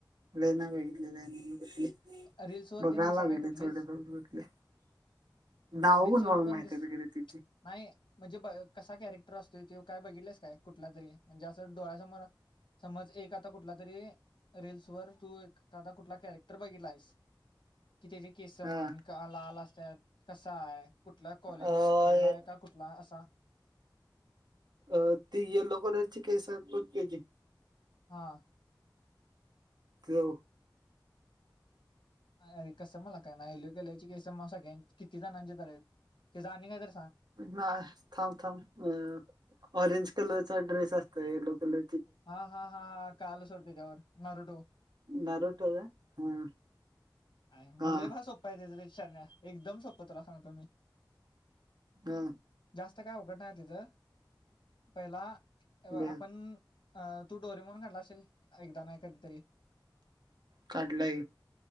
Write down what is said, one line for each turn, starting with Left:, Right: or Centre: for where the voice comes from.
Right: लय नाही बगीतली
Left: रील्स वर
Right: बघा
Left: तेन दिसा
Right: लगलोय
Left: नाही कुठलीच
Right: थोड थोड भटले. नावगून
Left: रील्स वर
Right: न
Left: पण
Right: माहिती
Left: दिस
Right: ब गर तची
Left: नाही म्हणजे ब कसा कॅरेक्टर असतोय ते काय बघितलेस काय कुठला तरी म्, हणजे असं डोळ्यासमोर समज एक आता कुठ? कुठ तरी रीलस वर तू एखादा कुठला कॅरेक्टर बघितला आहेस. कि त्याचे केस म्हण
Right: हा
Left: का लाल असतात कसा आहे कुठला कॉलेज
Right: अ
Left: आहे मधला आहे का कुठला? आसा
Right: अ ती येल्लो कलरची तो केजी
Left: हा.
Right: त्यो
Left: अरे कसं मला काय ना एल्यू केल्याची केस सगळ्यां किती जणांची तर त्या आणि कहीतर
Right: ना थांब थांब हुम ऑरेंज कलरचा ड्रेस असतोय येलो कलर
Left: हा हा हा हा कळाल सोड तेचा वर नरु टू
Right: नरोटो रे हा
Left: हाया मा
Right: हा
Left: बा सोप्पा आहे त्याच शान्या एकदम सोपं तला सांगतो मी
Right: हा
Left: जास्त काय आवगड पहिला त्याच पहिला
Right: ब
Left: आपण अ तू डोरी म्हणून काढला असेल एकदा नाही कधीतरी
Right: काढलाय